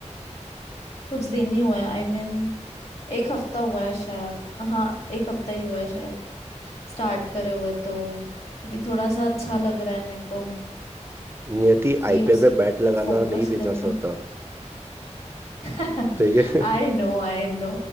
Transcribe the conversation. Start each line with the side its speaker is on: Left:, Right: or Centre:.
Left: कुछ दिन ही हुआ है आई I मीन mean, एक हफ्ता हुआ है शायद हाँ एक हफ्ता ही हुआ है शायद स्टार्ट करे हुए तो अभी थोड़ा सा अच्छा लग रहा है मेरे को
Right: नियति
Left: कि
Right: आईपीएल
Left: उसी
Right: पे बैट
Left: पे
Right: लगाना
Left: फोकस
Right: नहीं बिजनेस
Left: करना
Right: होता
Left: <laughs>
Right: ठीक है
Left: आई
Right: <laughs>
Left: नो आई नो